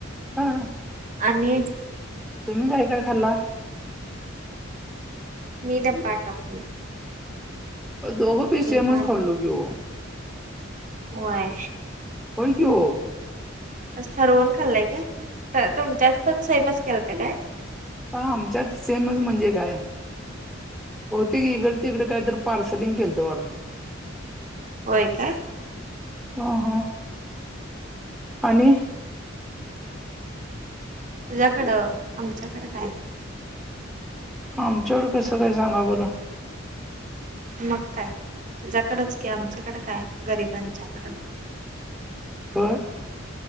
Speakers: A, in the centre; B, on the right.
A: हा
B: आणि,
A: तुम्ही काय काय खाल्ला.
B: मी दपा ठाकूण.
A: अ दोघो पीस सेमच
B: भात
A: खालो की ओ.
B: होय.
A: होय की ओ.
B: आज ठरवून खाल्लंय काय, तर तुमच्यात पण सेमच केलंत काय.
A: ह आमच्यात सेमच म्हणजे काय, बहुतेक इकडं ति इकडं काय तर. पार्सलिंग केलंत वाटतं.
B: होय काय?
A: अ ह आणि
B: तुझ्याकडं आमच्याकडं काय?
A: आमच्याकड कसं काय सांगा बरं.
B: मग काय तुझ्याकडच कि आमच्याकडे काय गरिबांच्याकडं.
A: हो.